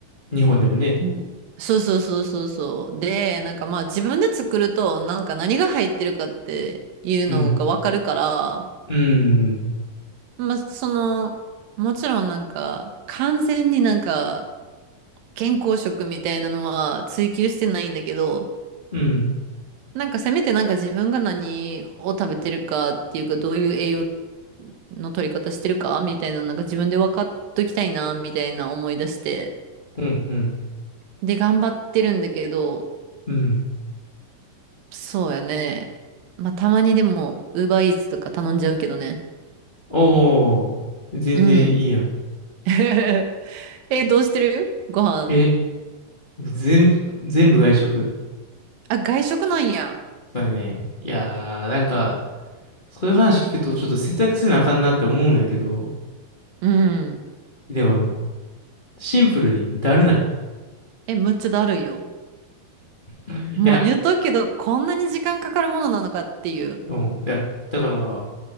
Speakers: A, on the left; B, on the right.
A: ん。日本でもね。
B: うん。そうそうそうそうそう。で、なんかまあ自分で作ると、なんか何が入ってるかっていうのがわかるから、
A: うん。うん。
B: まあその、もちろんなんか完全になんか健康食みたいなのは追求してないんだけど、
A: うん。
B: なんかせめてなんか自分が何を食べてるかっていうか、どういう栄養の取り方してるかみたいな、なんか自分で分かっときたいな、みたいな思い出して。
A: うん。うん。
B: で、頑張ってるんだけど、
A: うん。
B: そうやね。まあ、たまにでも、ウーバーイーツとか頼んじゃうけどね。
A: おー。全然いいやん。
B: うん。<laughs> え、どうしてるご飯。
A: え、全、全部外食。
B: あ、外食なんや。
A: そうだね。いやー、なんか、そういう話聞くとちょっと節約せなあかんなって思うんやけど、
B: うん。
A: でも、シンプルにだるない。
B: え、むっちゃだるいよ。
A: いや、
B: もう言っとくけど、こんなに時間かかるものなのかっていう。
A: うん、いや、だから、